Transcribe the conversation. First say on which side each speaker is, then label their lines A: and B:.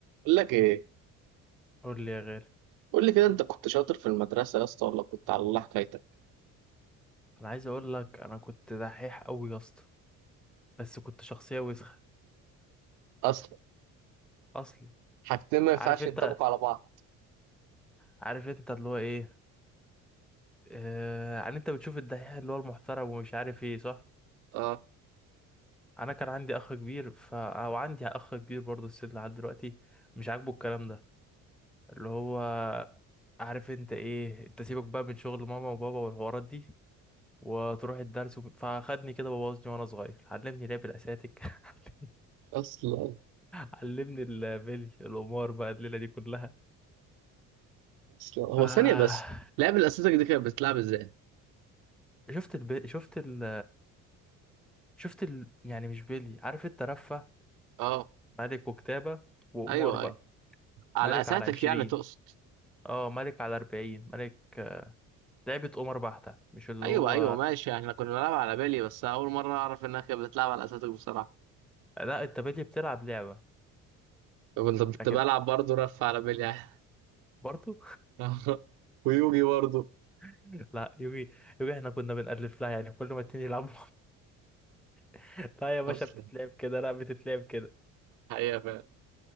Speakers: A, on the right; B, in the centre.
A: بقول لك ايه
B: قول لي يا غالي
A: قول لي كده انت كنت شاطر في المدرسه يا اسطى ولا كنت على الله حكايتك
B: انا عايز اقول لك انا كنت دحيح قوي يا اسطى بس كنت شخصيه وسخه
A: اصلا
B: اصلا
A: حاجتين ما ينفعش
B: عارف انت
A: ينطبقوا على بعض
B: عارف انت اللي هو ايه آه... يعني انت بتشوف الدحيح اللي هو المحترم ومش عارف ايه صح
A: اه
B: انا كان عندي اخ كبير ف او عندي اخ كبير برضه السن لحد دلوقتي مش عاجبه الكلام ده اللي هو عارف انت ايه انت سيبك بقى من شغل ماما وبابا والحوارات دي وتروح الدرس و... فاخدني كده بوظني وانا صغير علمني لعب الاساتك <laughs>
A: اصلا
B: علمني البلي القمار بقى الليله دي كلها
A: اصلا هو
B: ف
A: ثانية بس لعب الاساتذة دي كانت بتلعب ازاي؟
B: شفت الب... شفت ال... شفت ال... يعني مش بلي عارف انت رفه
A: اه
B: ملك وكتابه وقمار
A: ايوه
B: بقى
A: ايوه على
B: ملك
A: اساتك
B: على عشرين
A: يعني تقصد
B: اه ملك على أربعين ملك لعبة قمر بحتة مش اللي
A: ايوه
B: هو
A: ايوه ماشي احنا كنا بنلعب على بالي بس اول مرة اعرف انها كانت بتلعب على اساتك بصراحة
B: لا انت بلي بتلعب لعبة
A: كنت كنت
B: لكن
A: بلعب برضه رف على بالي يعني
B: برضو
A: <laughs> ويوجي برضه
B: <laughs> لا يوجي يوجي احنا كنا بنألف لها يعني كل ما اتنين يلعبوا <laughs> لا يا باشا
A: اصلا
B: بتتلعب كده لا بتتلعب كده
A: حقيقة فعلا